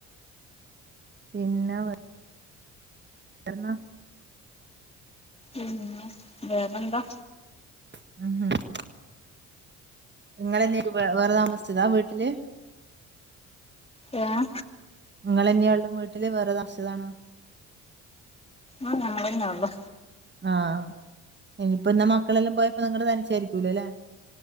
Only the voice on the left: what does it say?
ഉം വേറെന്താ?
ഏഹ
ആഹ് ഞങ്ങളെന്നൊള്ളു.